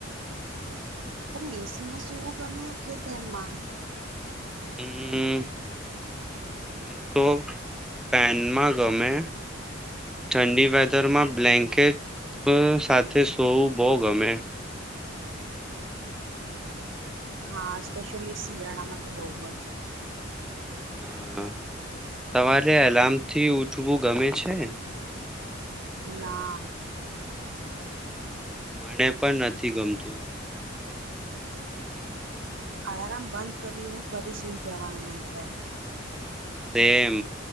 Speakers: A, on the right (about 80°); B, in the centre.
A: તને એ સી માં સુવું ગમે કે ફેનમાં?
B: હમ્મ, મને તો ફેનમાં ગમે ઠંડી વેધરમાં બ્લેન્કેટ સાથે સૂવું બહુ ગમે
A: હા, સ્પેશિયલી શિયાળામાં તો બોવ જ
B: હા સવારે અલાર્મથી ઉઠવું ગમે છે?
A: ના.
B: મને પણ નથી ગમતું.
A: અલાર્મ બંધ કરીને ફરી સુઈ જવાનું મન થાય.
B: સેમ